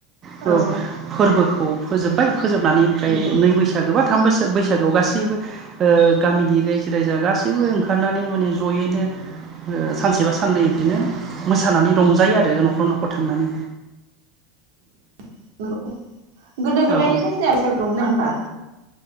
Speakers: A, on the right; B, on the right.
A: फोबो-फोरबोखौ
B: औ
A: खौ फोजोबबाय फोजोबनानै ओमफ्राय
B: नंगौ
A: नै बैसागो बा थाम बोसोर बैसागोआव गासैबो ओ गामिनि रायजो राजा गासैबो ओंखारनानै माने जयैनो ओ सानसेबा साननै बिदिनो मोसानानै रंजायो आरो नखर नखर थांनानै।
B: <inaudible> गोदो
A: औ
B: गोदायनिफ्रायनो जाया बैसागु रं ना होनबा